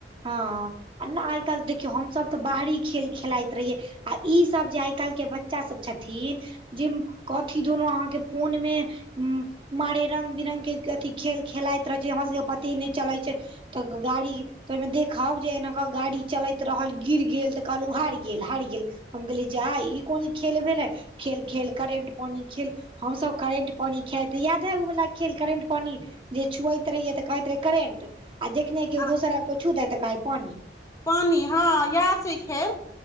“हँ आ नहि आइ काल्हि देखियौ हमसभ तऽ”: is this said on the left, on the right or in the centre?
Right